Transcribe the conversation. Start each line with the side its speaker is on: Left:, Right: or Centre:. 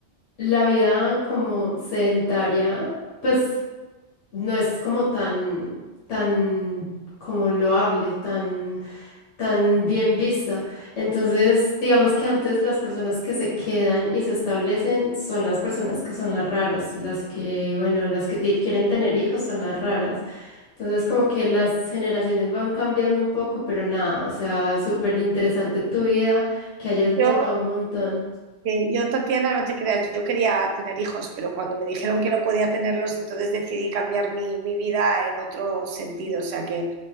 Left: la vida como sedentaria, pues no es como tan, tan como loable, tan tan bien vista. Entonces, digamos que antes las personas que se quedan y se establecen son las personas que son las raras, las que, bueno, las que ti- quieren tener hijos son las raras. Entonces, como que las generaciones van cambiando un poco, pero nada, o sea, súper interesante tu vida, que hayas
Right: Yo
Left: viajado un montón.
Right: Sí, yo, Tatiana, no te creas, yo quería tener hijos, pero cuando me dijeron que no podía tenerlos, entonces decidí cambiar mi, mi vida en otro sentido. O sea que